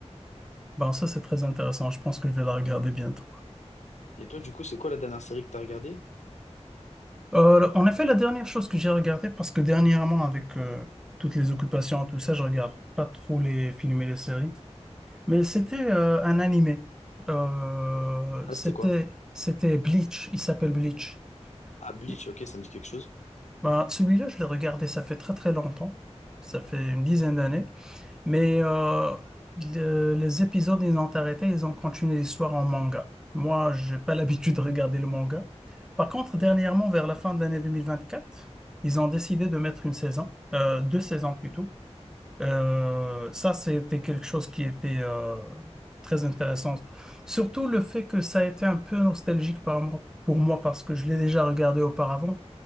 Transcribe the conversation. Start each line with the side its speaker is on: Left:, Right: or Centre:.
Centre: Ben, ça, c'est très intéressant. Je pense que je vais la regarder bientôt.
Left: Et toi, du coup, c'est quoi la dernière série que t'as regardée?
Centre: Euh, en effet, la dernière chose que j'ai regardée, parce que dernièrement, avec euh, toutes les occupations, tout ça, je regarde pas trop les films et les séries. Mais c'était euh, un animé. Euh,
Left: Ah,
Centre: c'était,
Left: c'était quoi?
Centre: c'était Bleach. Il s'appelle Bleach.
Left: Ah, Bleach,
Centre: Il-
Left: ok, ça me dit quelque chose.
Centre: Ben, celui-là, je l'ai regardé, ça fait très très longtemps. Ça fait une dizaine d'années. Mais euh, le- les épisodes, ils ont arrêté, ils ont continué l'histoire en manga. Moi, j'ai pas <laughs> l'habitude de regarder le manga. Par contre, dernièrement, vers la fin de l'année 2024, ils ont décidé de mettre une saison, euh, deux saisons plutôt euh, ça, c'était quelque chose qui était euh, très intéressant. Surtout le fait que ça a été un peu nostalgique par moi- pour moi parce que je l'ai déjà regardé auparavant